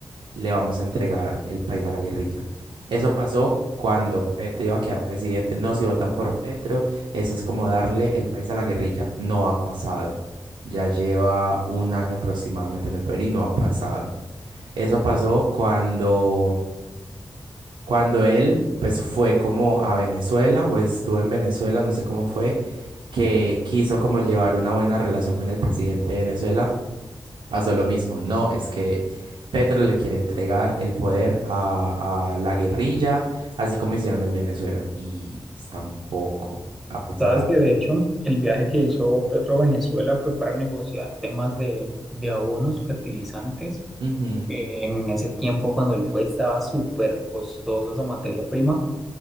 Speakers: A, on the right; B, in the centre.
A: le vamos a entregar el país a la guerrilla. Eso pasó cuando Petro iba a quedar presidente. No, si votan por Petro, eso es como darle el país a la guerrilla. No ha pasado. Ya lleva un año aproximadamente en el poder y no ha pasado. Eso pasó cuando, cuando él, pues, fue como a Venezuela o estuvo en Venezuela, no sé cómo fue que quiso como llevar una buena relación con el presidente de Venezuela, pasó lo mismo. No, es que Petro le quiere entregar el poder a, a la guerrilla, así como hicieron en Venezuela. Y pues tampoco ha pasado.
B: Sabes que de hecho el viaje que hizo Petro a Venezuela fue para negociar temas de, de abonos fertilizantes.
A: Ujú,
B: Eh, En ese tiempo cuando él fue estaba súper costosa esa materia prima